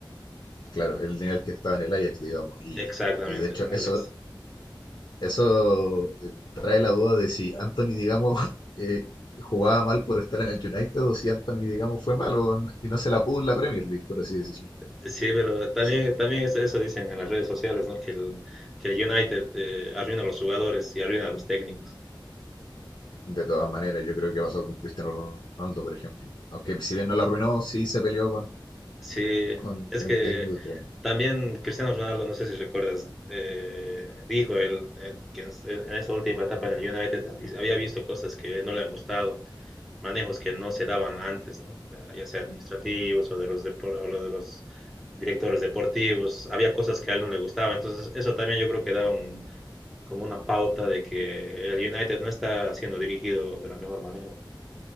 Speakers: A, on the left (about 55°); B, in the centre.
A: claro, el nivel que estaba en el Ajax, digamos. Y,
B: Exactamente,
A: y de hecho,
B: en el
A: eso,
B: Ajax.
A: eso eh, trae la duda de si Anthony, digamos, <laughs> eh, jugaba mal por estar en el United o si Anthony, digamos, fue malo y no se la pudo en la Premier League, por así decirlo.
B: Sí, pero también,
A: Sí.
B: también eso, eso dicen en las redes sociales, ¿no? Que el, que el United eh, arruina a los jugadores y arruina a los técnicos.
A: De todas maneras, yo creo que pasó con Cristiano Ronaldo, por ejemplo. Aunque si bien no la arruinó, sí se peleó con,
B: Sí,
A: con, con
B: es que
A: el técnico y todo.
B: también Cristiano Ronaldo, no sé si recuerdas, eh, dijo él eh, que en, en esa última etapa en el United habis- había visto cosas que no le han gustado, manejos que no se daban antes, ¿no? Eh, Ya sea administrativos o de los, depor- o lo de los directores deportivos, había cosas que a él no le gustaba, entonces eso también yo creo que da un, como una pauta de que el United no está siendo dirigido de la mejor manera.